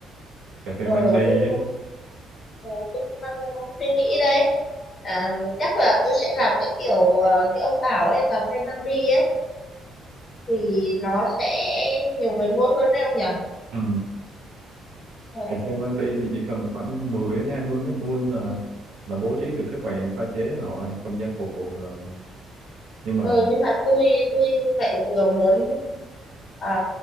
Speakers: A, on the right; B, on the left.
A: cà phê
B: ờ
A: mang đi
B: tôi cũng
A: á.
B: ờ, tôi cũng đang suy nghĩ đấy à, chắc là tôi sẽ làm cái kiểu ờ, như ông bảo ấy cà phê mang đi ấy thì nó sẽ nhiều người mua hơn đấy ông nhỉ
A: ừ.
B: ờ,
A: cà phê mang đi thì chỉ cần khoảng 10 đến 20 mét vuông là là bố trí được cái quầy pha chế rồi không gian phục vụ rồi nhưng mà
B: Ừ, nhưng mà tôi tôi lại vừa muốn à,